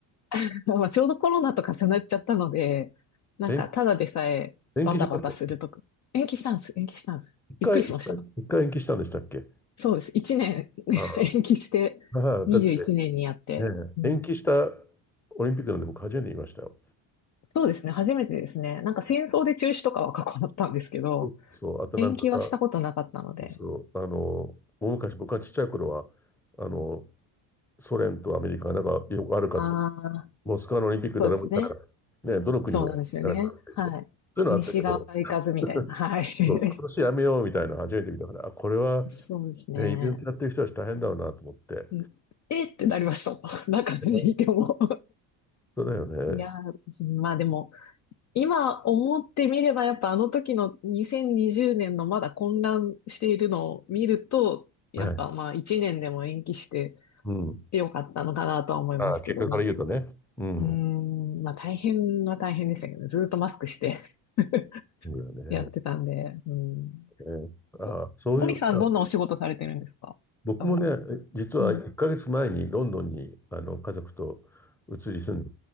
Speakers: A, on the left (about 40°); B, in the centre.
A: <laughs> まあ、ちょうどコロナと重なっちゃったので、なんか、
B: 延、
A: ただでさえバタバタするとか、
B: 延期しました。
A: 延期したんです、延期したんです。
B: 一回、
A: びっくりしました。
B: 一回、一回延期したんでしたっけ
A: そうです。1年
B: ああ、
A: <laughs> 延期して、
B: ああだって、
A: 21年にやって、
B: ね、
A: うん。
B: 延期したオリンピックなんて僕初めて見ましたよ。
A: そうですね、初めてですね。なんか戦争で中止とかは過去だったんですけど、
B: そうそう、あとなんかさ、
A: 延期はしたことなかったので。
B: そうそう、あの、大昔僕がちっちゃい頃は、あの、ソ連とアメリカが仲良く悪かった。
A: ああ、
B: モスクワのオリンピック誰も行かなかった。
A: そうですね。
B: ね、どの国もやらなかったりとか。
A: そうなんですよね。はい。
B: そういうのあったけど、
A: 西側が行かずみたいな。
B: <laughs>
A: はい。
B: 今年やめようみたいなの初めて見たから、あ、これは、
A: <laughs> そうですね。
B: ね、イベントやってる人たち大変だろうなと思って。
A: うんえってなりました。<laughs> 中にいても。
B: ねそうだよね。
A: いやー、まあでも、今思ってみればやっぱあの時の2020年のまだ混乱しているのを見ると、やっぱまあ1年でも延期して
B: はい。うん。
A: よかったのかなとは思いますけどね。
B: あ結果から言うとね。うん。
A: うーん、まあ大変は大変でしたけどね、ずーっとマスクして <laughs>
B: そうだよね。
A: やってたんで、うん。
B: ねあそういう、
A: ののりさんどんなお仕事されてるんですかあ、
B: あ僕もね、
A: ごめんなさ
B: 実は1ヶ月前にロンドンにあの家族と移り住んで
A: い。うん。